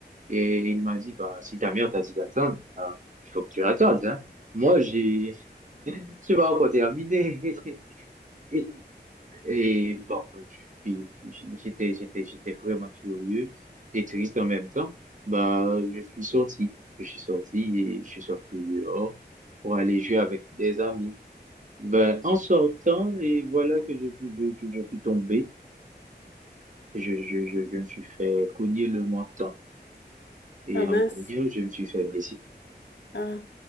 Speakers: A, on the right; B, on the left.
A: Et il m'a dit, bah, si ta mère t'a dit d'attendre, bah, il faut que tu attendes, hein. Moi, j'ai, <laughs> je vais encore terminer. <laughs> Et bon, je suis- j'étais, j'étais, j'étais vraiment furieux et triste en même temps. Bah, je suis sorti. Je suis sorti et je suis sorti dehors pour aller jouer avec des amis. Ben, en sortant, et voilà que je, suis- je, je, je suis tombé. Je, je, je, je me suis fait cogner le menton. Et
B: Ah mince.
A: en me cognant, je me suis fait blesser.
B: Ah,